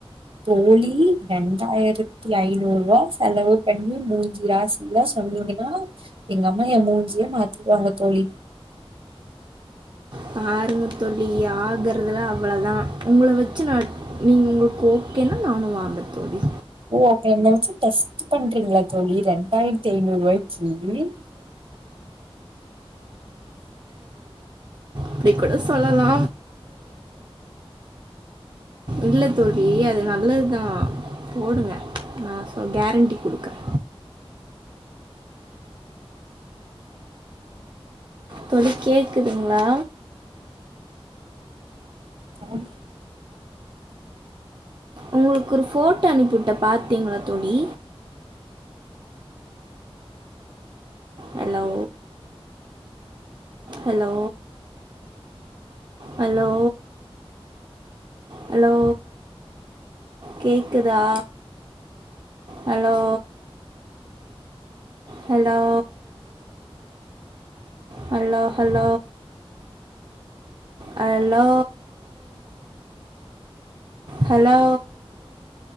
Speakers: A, on the right (about 65°); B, on the right (about 45°).
A: தோழி ரெண்டாயிரத்தி ஐநூறு ரூவா செலவு பண்ணி மூஞ்சிய ஆஸ் ல்லா சொன்னீங்கன்னா எங்க அம்மா எ மூஞ்சியே மாத்திடுவாங்க தோழி
B: பாருங்க தோழி ஆகுறதலா அவ்ளதா உங்கள வச்சு நா நீங்க உங்களுக்கு ஓகேனா நானு வாங்றெ தோழி
A: ஒ அப்ப என்ன வச்சு டெஸ்ட் பண்றிங்களா தோழி ரெண்டாயிரத்தி ஐநூறு ரூவாய்க்கி
B: அப்டி கூட சொல்லலா இல்ல தோழி அது நல்லதுதா போடுங்க ந சொ கேரண்டி குடுக்றே தோழி கேக்குதுங்ளா
A: தோழி
B: உங்களுக்கு ஒரு ஃபோட்டோ அனுப்பிவிட்டே பாத்தீங்ளா தோழி ஹலோ ஹலோ ஹலோ ஹலோ கேக்குதா hello hello hello hello hello hello